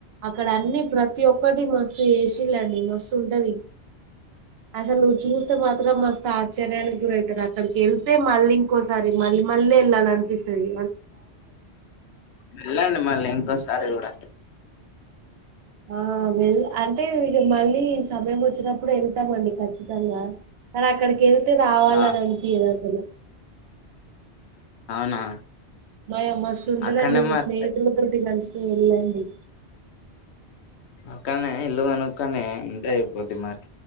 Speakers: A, on the right; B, on the left.
A: అక్కడ అన్ని ప్రతి ఒక్కటి మస్తు చేసీలండి మస్తు ఉంటది అసలు నువు చూస్తే మాత్రం మస్తు ఆశ్చర్యానికి గురవుతారు అక్కడికి వెళ్తే మళ్ళీ ఇంకోసారి మళ్ళీ మళ్ళ వెళ్ళాలి అనిపిస్తది
B: వెళ్ళండి మళ్ళీ ఇంకోసారి కూడా
A: ఆ వెల్ అంటే ఇక మళ్ళీ సమయం వచ్చినప్పుడు వెళ్తామండి ఖచ్చి తంగా కానీ అక్కడికి వెళ్తే రావాలని
B: ఆ
A: అనిపించదు అసలు
B: అవునా
A: మా అమ్మస్తు ఉంటదండి
B: అక్కడనే
A: మీ
B: మరి
A: స్నేహితుల తోటి కలిసి వెళ్ళండి
B: అక్కనే ఇల్లు కోనుక్కనే ఉంటే అయిపోద్ది మరి